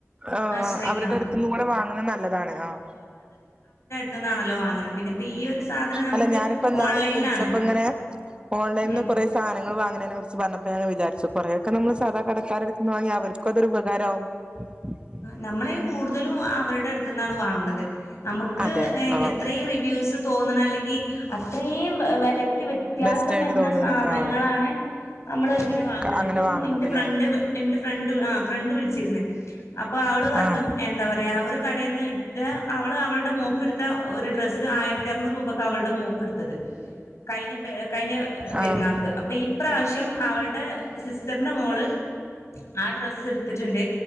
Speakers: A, on the right; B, on the left.
A: ആഹ്
B: ആശ്രയിക്കണം
A: അവരുടെ അടുത്ത് നിന്നും കൂടെ വാങ്ങുന്നത് നല്ലതാണ് ആഹ്
B: ടുത്തുന്നുന്നാണല്ലോ വാങ്ങന്നെ പിന്നെ ഇപ്പം ഈ ഒരു സാധനം നമ്മക്ക്
A: അല്ല ഞാനിപ്പോ ഇന്നാള്
B: ഓൺലൈനിലാണ്.
A: ഈ വിളിച്ചപ്പോ ഇങ്ങനെ ഓൺലൈനിന്ന്
B: ഉം
A: കുറെ സാധനങ്ങൾ വാങ്ങണയിനെ കുറിച്ച് പറഞ്ഞപ്പോ ഞാൻ അങ്ങനെ വിചാരിച്ചു കുറേക്കെ നമ്മള് സാധാ കടക്കാരടുത്തുന്നു വാങ്ങിയ അവർക്കും അതൊരു ഉപകാരം ആവും ഉം <inaudible>
B: നമ്മള് അയിന് കൂടുതലും അവരുടെ അടുത്ത് നിന്നാണ് വാങ്ങണത് നമുക്ക്
A: അതെ ആഹ്
B: എത്രയും റിവ്യൂസ്‌ തോന്നണ അല്ലെങ്കിൽ അത്രയും വെല ക്ക് വ്യത്യാസം
A: ബെസ്റ്റ് ആയിട്ട്
B: വരുന്ന
A: തോന്നുന്നു
B: സാധനങ്ങളാണ്
A: ആഹ്
B: നമ്മള് ഇങ്ങനെ വാങ്ങണത്
A: അങ്ങനെ
B: ഇപ്പം
A: വാങ്ങുന്നത്
B: എന്റെ ഫ്രണ്ട്
A: ല്ലേ
B: എന്റെ ഫ്രണ്ട് ആ ഫ്രണ്ട് വിളിച്ചിരുന്നെ അപ്പൊ അവള് പറഞ്ഞു
A: ആഹ്
B: എന്താ പറയാ ഒരു കടയെന്ന് ത്തെ അവള് അവളുടെ മോൾക്ക് എടുത്ത ഒരു ഡ്രസ്സ് ആയിരത്തി അറുന്നൂറ് രൂപയ്ക്ക് അവളുടെ മോൾ ക്ക് എടുത്തത് കഴിഞ്ഞ കഴിഞ്ഞ പെരുന്നാൾ
A: ആഹ്
B: ക്ക് അപ്പൊ ഈപ്രാവിശ്യം അവടെ സിസ്റ്ററിന്റെ മോള് ആ ഡ്രസ്സ് എടുത്തിട്ടുണ്ടേ